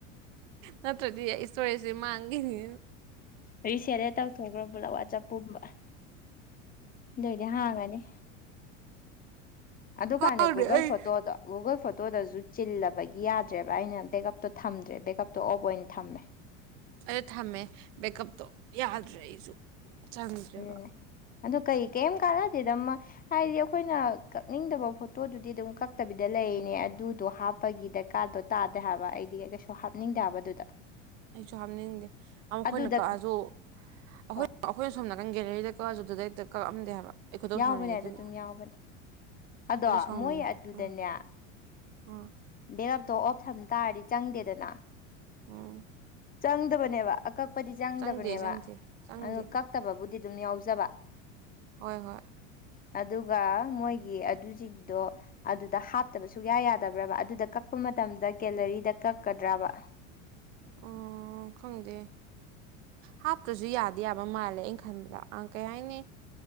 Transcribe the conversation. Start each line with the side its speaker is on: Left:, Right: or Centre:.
Right: ꯅꯠꯇ꯭ꯔꯗꯤ ꯑꯩ ꯏꯁꯇꯣꯔꯦꯖꯁꯦ ꯃꯥꯡꯒꯤꯅꯤ
Left: ꯔꯤꯁꯦꯠ ꯍꯦꯛ ꯇꯧꯊꯣꯛꯈ꯭ꯔꯣ ꯄꯨꯂꯞ ꯋꯥꯆꯞ ꯄꯨꯝꯕ ꯑꯗꯨꯏꯗꯤ ꯍꯥꯡꯉꯅꯤ ꯑꯗꯨꯀꯥꯟꯗ
Right: ꯈꯪꯗꯦ
Left: ꯒꯨꯒꯜ
Right: ꯑꯩ
Left: ꯐꯣꯇꯣꯗꯣ ꯒꯨꯒꯜ ꯐꯣꯇꯣꯗꯁꯨ ꯆꯤꯟꯂꯕꯩ ꯌꯥꯗ꯭ꯔꯦꯕ ꯑꯩꯅ ꯕꯦꯛ ꯎꯞꯇꯣ ꯊꯝꯗ꯭ꯔꯦ ꯕꯦꯒꯞꯇꯣ ꯑꯣꯐ ꯑꯣꯏꯅ ꯊꯝꯃꯦ
Right: ꯑꯩꯗꯣ ꯊꯝꯃꯦ ꯕꯦꯛꯀꯞꯇꯣ ꯌꯥꯗ꯭ꯔꯦ ꯑꯩꯁꯨ ꯆꯪꯗ꯭ꯔꯦꯕ
Left: ꯎꯝ ꯑꯗꯣ ꯀꯩ ꯀꯩꯝ ꯀꯥꯂ ꯁꯤꯗꯃ ꯍꯥꯏꯗꯤ ꯑꯩꯈꯣꯏꯅ ꯀꯛꯅꯤꯡꯗꯕ ꯐꯣꯇꯣꯗꯨꯗꯤ ꯑꯗꯨꯝ ꯀꯛꯇꯕꯤꯗ ꯂꯩꯅꯦ ꯑꯗꯨꯗꯣ ꯍꯥꯞ ꯍꯄꯒꯤ ꯗꯔꯀꯥꯔꯗꯣ ꯇꯥꯗꯦ ꯍꯥꯏꯕ ꯑꯩꯗꯤ ꯀꯩꯁꯨ ꯍꯥꯞꯅꯤꯡꯗꯦꯕ ꯑꯗꯨꯗ
Right: ꯑꯩꯁꯨ ꯍꯥꯞꯅꯤꯡꯗꯦ ꯑꯃꯈꯣꯏꯅ
Left: ꯑꯗꯨꯗ
Right: ꯀꯛꯑꯁꯨ ꯑꯩꯈꯣꯏ
Left: ꯍꯣꯏ
Right: ꯑꯩꯈꯣꯏꯅ ꯁꯣꯝꯅ ꯅꯪ ꯒꯦꯂꯔꯤꯗ ꯀꯛꯑꯁꯨ ꯑꯗꯨꯗ ꯍꯦꯛꯇ ꯀꯛꯑꯝꯗꯦ ꯍꯥꯏꯕ ꯑꯩ ꯈꯣꯏꯗꯧ
Left: ꯌꯥꯎꯕꯅꯦ
Right: ꯁꯥꯎꯅꯤꯡꯉꯦ
Left: ꯑꯗꯨ
Right: ꯑꯗꯨꯅ
Left: ꯑꯗꯨꯝ ꯌꯥꯎꯕꯅꯦ ꯑꯗꯣ
Right: ꯑꯩꯗꯣ ꯁꯥꯎꯅꯤꯡꯉꯦ
Left: ꯃꯣꯏ ꯑꯗꯨꯗꯅꯦ
Right: ꯑꯥ ꯑꯥ
Left: ꯕꯦꯜ ꯑꯞꯇꯣ ꯑꯣꯐ ꯊꯝ ꯇꯥꯔꯗꯤ ꯆꯪꯗꯦꯗꯅ
Right: ꯎꯝ
Left: ꯆꯪꯗꯕꯅꯦꯕ ꯑꯀꯛꯄꯗꯤ ꯆꯪꯗꯕꯅꯦꯕ
Right: ꯆꯪꯗꯦ ꯆꯪꯗꯦ ꯆꯪꯗꯦ
Left: ꯑꯗꯨ ꯀꯛꯇꯕꯕꯨꯗꯤ ꯗꯨꯝ ꯌꯥꯎꯖꯕ
Right: ꯍꯣꯏ ꯍꯣꯏ
Left: ꯑꯗꯨꯒ ꯃꯣꯏꯒꯤ ꯑꯗꯨꯁꯤꯡꯗꯣ ꯑꯗꯨꯗ ꯍꯥꯞꯇꯕ ꯁꯨꯛꯌꯥ ꯌꯥꯗꯕ꯭ꯔꯕ ꯑꯗꯨꯗ ꯀꯛ ꯄꯨꯝ ꯃꯇꯝꯗ ꯒꯦꯂꯔꯤꯗ ꯀꯛꯀꯗ꯭ꯔꯕ
Right: ꯑꯣ ꯈꯪꯗꯦ ꯍꯥꯞꯇ꯭ꯔꯁꯨ ꯌꯥꯗꯤ ꯌꯥꯕ ꯃꯥꯜꯂꯦ ꯑꯩꯟ ꯈꯟꯕꯗ ꯀꯩ ꯍꯥꯏꯅꯤ